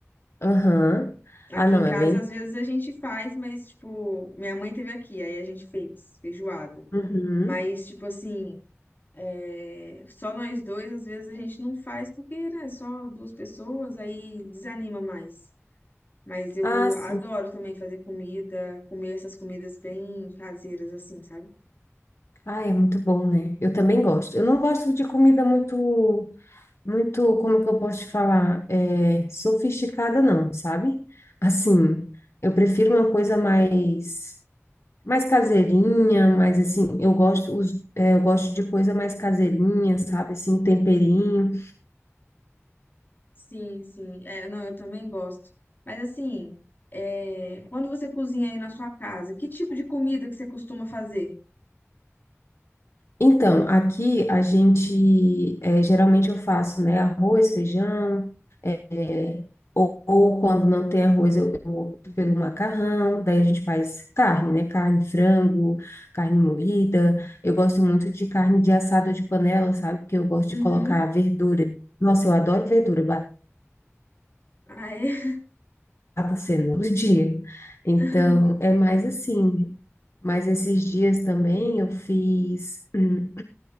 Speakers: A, on the left (about 65°); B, on the left (about 40°).
A: aham.
B: Aqui
A: Ah, não,
B: em casa,
A: é bem.
B: às vezes a gente faz, mas, tipo, minha mãe teve aqui, aí a gente fez feijoada.
A: Uhum.
B: Mas, tipo assim, é, só nós dois, às vezes a gente não faz, porque, né? Só duas pessoas, aí desanima mais. Mas eu
A: Ah, sim.
B: adoro também fazer comida, comer essas comidas bem caseiras, assim, sabe?
A: Ah, é muito bom, né? Eu também gosto. Eu não gosto de comida muito, muito, como que eu posso te falar? É, sofisticada, não, sabe? Assim, eu prefiro uma coisa mais. Mais caseirinha, mas assim, eu gosto, os, é, eu gosto de coisa mais caseirinha, sabe? Assim, temperinho.
B: Sim, sim. É, não, eu também gosto. Mas assim, é, quando você cozinha aí na sua casa, que tipo de comida que você costuma fazer?
A: Então, aqui a gente, é, geralmente eu faço, né? Arroz, feijão, é, ou, ou quando não tem arroz, eu, eu opto pelo macarrão. Daí a gente faz carne, né? Carne, frango, carne moída. Eu gosto muito de carne de assado de panela, sabe? Porque eu gosto
B: Uhum.
A: de colocar verdura. Nossa, eu adoro verdura,
B: Ah, é?
A: batata, cenoura, dia. Então,
B: <laughs>
A: é mais assim, né? Mas esses dias também eu fiz, <clears throat> hum,